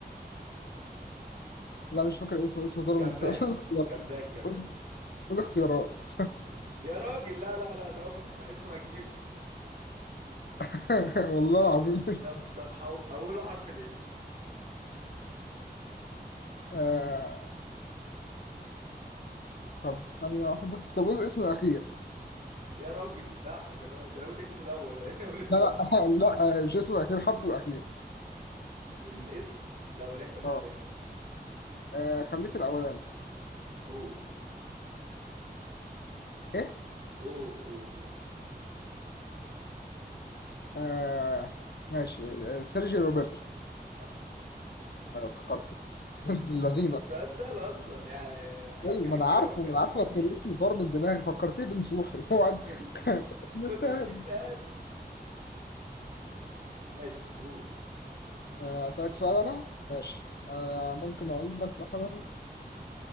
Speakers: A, on the left (about 75°); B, on the right (about 55°).
A: لا مش فاكر اسمه اسمه ظلمت
B: كامباك
A: قول اختيارات
B: كامباك <laughs> كمان
A: <laughs> قول قول اختيارات
B: يا راجل لا لا لا ده أول ما تسمع اسمه هتجيبه
A: <laughs> والله
B: أو...
A: العظيم مش
B: طب طب حو... أوله حرف الإس
A: آه... طب ثانية واحدة طب قول الاسم الأخير
B: يا راجل لا ده أنا ده أنا أقول اسمه الأول ولا أنا أقول اسمه
A: لا لا
B: الأخير
A: <laughs> لا آه، مش اسمه الأخير حرفه الأخير
B: في في الاسم الأولاني ولا التاني؟
A: اه آه، خليه في الأولاني
B: او
A: إيه؟
B: اوه اوه
A: آه... ماشي آه... سيرجي روبرتو
B: صح
A: أنا افتكرته <laughs> اللذينة
B: سؤال سهل اصلا يعني
A: أيوة
B: هتجيبه
A: ما أنا عارفه
B: انا متاكد
A: ما أنا
B: انك
A: عارفه
B: هتجيبه
A: بس الاسم طار من دماغي فكرتيه بنصوحي <laughs> هو قاعد-
B: <laughs>
A: <laughs> يستاهل.
B: كنت في الاستاد ماشي قول
A: آه، أسألك سؤال أنا ماشي آه، ممكن أقول لك مثلا